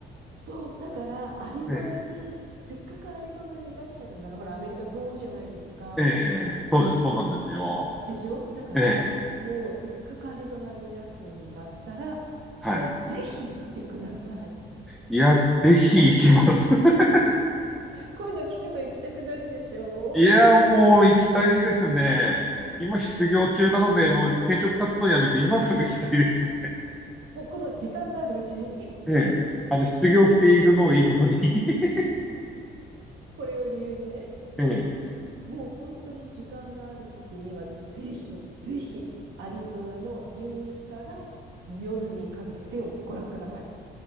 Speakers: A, on the right; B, in the centre.
A: そう、だから、アリゾナに、
B: え
A: せっかくアリゾナにいらっしゃるなら、ほら、アメリカ遠いじゃないですか。
B: え、ええ、そうです、そうなんですよ。
A: でしょだから、
B: ええ、
A: もう、せっかくアリゾナにいらっしゃるんだったら、
B: はい。
A: もうぜひ行ってください。
B: いや、ぜひ行きます。<laughs>
A: こういうの聞くと行きたくなるでしょう
B: いや、もう行きたいですね。今失業中なので、もう転職活動やめて今すぐ行きたいです。
A: もうこの時間があるうちに、
B: ええ、あの、失業しているのをいいことに <laughs>
A: これを理由にね。
B: ええ、
A: もう本当に時間があるときには、ぜひ、ぜひ、アリゾナの夕日から夜にかけてをご覧ください。